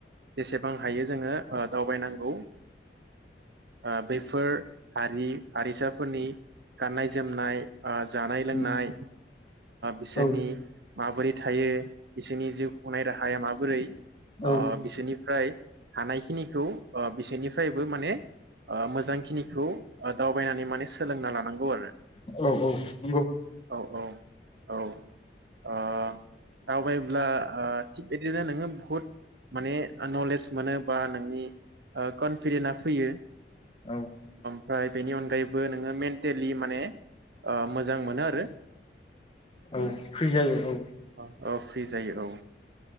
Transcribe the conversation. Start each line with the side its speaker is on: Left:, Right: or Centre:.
Right: जेसेबां हायो जोङो दावबायनांगौ। ओ बैफोर हारि हारिसाफोरनि गाननाय जोमनाय जानाय लोंनाय
Left: उम
Right: बिसोरनि
Left: औ
Right: माबोरै थायो बिसोरनि जिउ खुंनाय राहाया माबोरै
Left: औ
Right: अ बिसोरनि ओमफ्राय हानायखिनिखौ बिसोरनिफ्रायबो माने मोजांखिनिखौ आ द बायनानै माने सोलोंना लानांगौ आरो
Left: औ औ नंगौ
Right: औ औ औ। दावबायोब्ला थिग बिदिनो नोङो बहुत माने नलेज मोनो बा नोंनि कनफिदेनआ फैयो।
Left: औ
Right: ओमफ्राय बेनि अनगायैबो नोङो मेन्टेलि माने मोजां मोनो आरो।
Left: औ
Right: उम
Left: फ्रि जायो औ।
Right: औ फ्रि जायो औ।